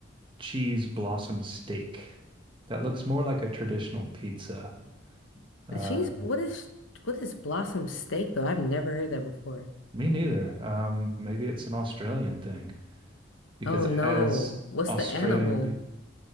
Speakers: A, on the right; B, on the left.
A: cheese blossom steak. That looks more like a traditional pizza. Um,
B: The cheese, what is what is blossom steak though? I've never heard that before.
A: Me neither. Um, maybe it's an Australian thing because
B: Oh
A: it
B: no,
A: has
B: what's
A: Australian
B: the animal?
A: beef.